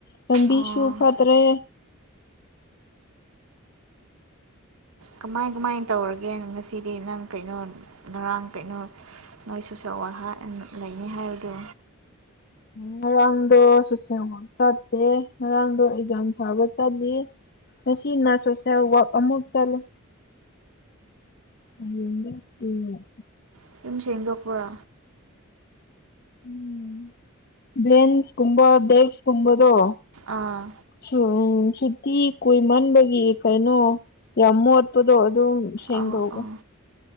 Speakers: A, on the left (about 45°); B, on the right (about 80°).
A: ꯂꯝꯕꯤꯁꯨ
B: ꯑꯣ
A: ꯐꯇ꯭ꯔꯦ
B: ꯀꯃꯥꯏ ꯀꯃꯥꯏꯅ ꯇꯧꯔꯒꯦ ꯉꯁꯤꯗꯤ ꯅꯪ ꯀꯩꯅꯣ ꯉꯔꯥꯡ ꯀꯩꯅꯣ ꯃꯣꯏ ꯁꯣꯁꯦꯜ ꯋꯥꯛ ꯂꯩꯅꯤ ꯍꯥꯏꯕꯗꯣ
A: ꯉꯔꯡꯗꯣ ꯁꯣꯁꯦꯜ ꯋꯥꯛ ꯆꯠꯇꯦ ꯉꯥꯡꯗꯣ ꯑꯦꯖꯝ ꯊꯕ ꯆꯠꯂꯦ ꯉꯥꯁꯤꯅ ꯁꯣꯁꯦꯜ ꯋꯥꯛ ꯑꯃꯨꯛ ꯆꯠꯂꯤ <unintelligible>
B: ꯑꯗꯨꯨꯝ ꯁꯦꯡꯗꯣꯛꯄ꯭ꯔꯥ
A: ꯎꯝ ꯕ꯭ꯂꯟꯁ ꯀꯨꯝꯕꯥ ꯕꯦꯛ꯭ꯁ ꯀꯨꯝꯕꯗꯨꯣ
B: ꯑꯥ
A: ꯁ ꯎꯝ ꯁꯨꯇꯤ ꯀꯨꯏ ꯃꯟꯕꯒꯤ ꯀꯩꯅꯣ ꯌꯥꯝ ꯃꯣꯠꯄꯗꯣ ꯑꯗꯨꯝ ꯁꯦꯡꯗꯣꯛꯑꯒ
B: ꯑꯣ ꯑꯣ